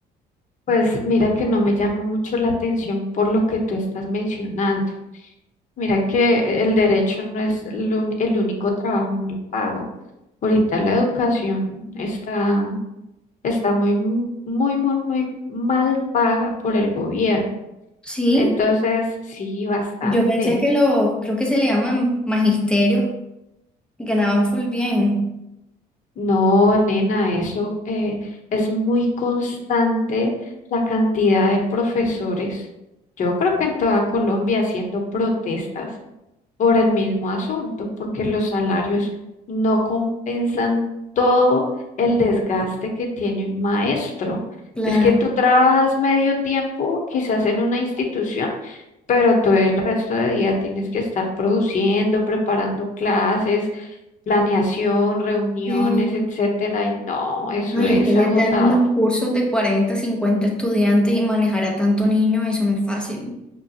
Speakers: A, on the left; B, in the centre.
A: pues mira que no me llama mucho la atención por lo que tú estás mencionando. Mira que el derecho no es el, un- el único trabajo mal pago. Ahorita la educación está está muy, m- muy, muy, muy mal paga por el gobierno.
B: Sí,
A: Entonces, sí, bastante.
B: yo pensé que los, creo que se le llaman magisterios, ganaban full bien.
A: No, nena, eso eh, es muy constante la cantidad de profesores. Yo creo que en toda Colombia haciendo protestas por el mismo asunto, porque los salarios no compensan todo el desgaste que tiene un maestro.
B: Claro.
A: Es que tú trabajas medio tiempo, quizás en una institución pero todo el resto de día tienes que estar produciendo, preparando clases, planeación, reuniones,
B: Sí.
A: etcétera, y no, eso
B: No, y
A: es
B: es que les
A: agotador.
B: dan unos cursos de 40 50 estudiantes y manejar a tanto niño, eso no es fácil.